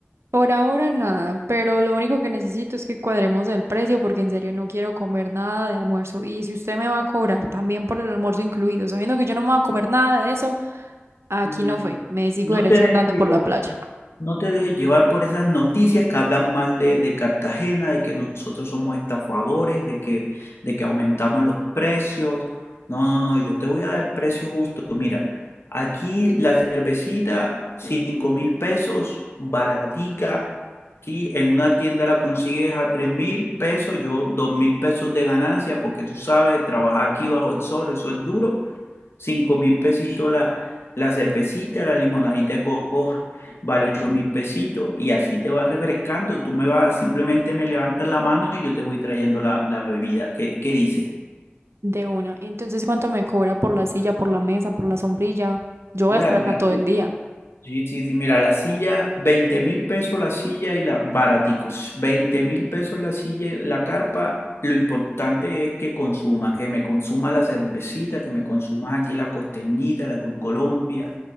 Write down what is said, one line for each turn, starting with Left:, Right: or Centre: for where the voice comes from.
Right: Por ahora nada, pero lo único que necesito es que cuadremos el precio porque en serio no quiero comer nada de almuerzo. Y si usted me va a cobrar también por el almuerzo incluido, sabiendo que yo no me voy a comer nada de eso, aquí
Left: Mm,
Right: no fue, me sigo
Left: No
Right: derecho
Left: te dejes
Right: andando
Left: llevar.
Right: por la playa.
Left: No te dejes llevar por esas noticias que hablan mal de, de Cartagena, de que nosotros somos estafadores, de que, de que aumentamos los precios. No, no, no, yo te voy a dar el precio justo. Mira, aquí la cervecita, cinco mil pesos, baratica. ¿sí? En una tienda la consigues a tres mil pesos, yo dos mil pesos de ganancia, porque tú sabes, trabajar aquí bajo el sol, eso es duro. Cinco mil pesitos la, la cervecita, la limonadita de coco vale ocho mil pesitos y así te vas refrescando. Tú me vas, simplemente me levantas la mano y yo te voy trayendo la, la bebida. ¿Qué, qué dice?
Right: De una. Y entonces, ¿cuánto me cobra por la silla, por la mesa, por la sombrilla? Yo voy
Left: Hola,
Right: a estar
Left: la-
Right: acá todo el día.
Left: sí, sí, sí, mira, la silla, veinte mil pesos la silla y la baraticos, veinte mil pesos la silla y la carpa. Lo importante es que consuma, que me consuma la cervecita, que me consumas aquí la costeñita, la Cruz Colombia.